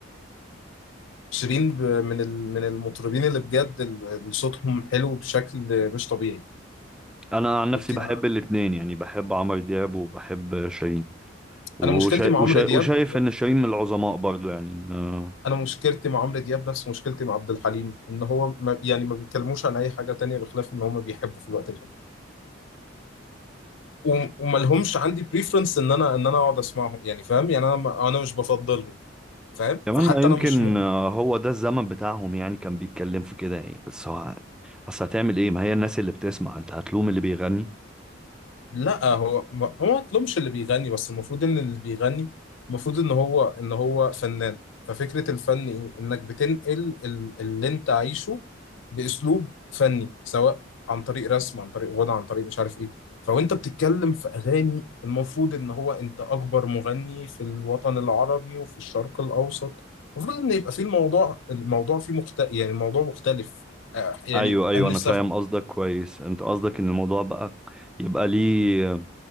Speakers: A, on the left; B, in the centre.
A: شيرين ب- من ال- من المطربين اللي بجد ال- اللي صوتهم حلو بشكل مش طبيعي
B: انا عن نفسي
A: وبت...
B: بحب الاتنين يعني بحب عمرو دياب وبحب شيرين وشا...
A: انا مشكلتي مع
B: وشا...
A: عمرو دياب
B: وشايف ان شيرين من العظماء برضو يعني آه.
A: انا مشكلتي مع عمرو دياب نفس مشكلتي مع عبد الحليم ان هو ما يعني ما بيتكلموش عن اي حاجه تانية بخلاف ان هم بيحبوا في الوقت الحالي وم- وما لهمش عندي بريفرنس ان انا ان انا اقعد اسمعهم يعني فاهم يعني انا ما- انا مش بفضلهم فاهم
B: كمان
A: فحتى
B: ما يمكن
A: انا مش مت...
B: آه، هو ده الزمن بتاعهم يعني كان بيتكلم في كده يعني بس هو اصل هتعمل ايه ما هي الناس اللي بتسمع انت هتلوم اللي بيغني
A: لا هو ما- هو ما مطلوبش اللي بيغني بس المفروض ان اللي بيغني المفروض ان هو ان هو فنان ففكرة الفن ايه انك بتنقل ال- اللي انت عايشه باسلوب فني سواء عن طريق رسم عن طريق غنى عن طريق مش عارف ايه فوانت بتتكلم في اغاني المفروض ان هو انت اكبر مغني في الوطن العربي وفي الشرق الاوسط المفروض ان يبقى فيه الموضوع الموضوع فيه مخت... يعني الموضوع مختلف آه، يعني
B: ايوه ايوه
A: انا
B: انا
A: نفسي
B: فاهم
A: أف-
B: قصدك كويس انت قصدك ان الموضوع بقى يبقى ليه